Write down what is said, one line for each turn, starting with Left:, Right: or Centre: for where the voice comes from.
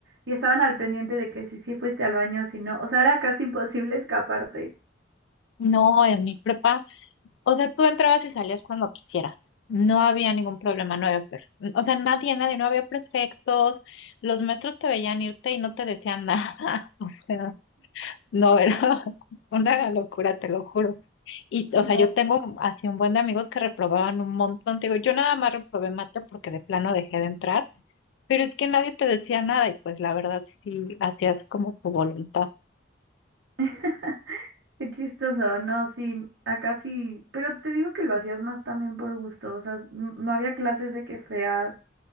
Right: Y estaban al pendiente de que si sí fuiste al baño, si no. O sea, era casi imposible escaparte.
Left: No, en mi prepa. O sea, tú entrabas y salías cuando quisieras. No había ningún problema, no había, perf- o sea, nadie, nadie, no había prefectos. Los maestros te veían irte y no te decían nada. <laughs> O sea, no era <laughs> una locura, te lo juro. Y,
Right: no
Left: o sea, yo tengo así un buen de amigos que reprobaban un montón. Te digo, yo nada más reprobé mate porque de plano dejé de entrar, pero es que nadie te decía nada y pues la verdad sí hacías como tu voluntad.
Right: <laughs> Qué chistoso, no, sí, acá sí, pero te digo que lo hacías más también por gusto, o sea, n- no había clases de que feas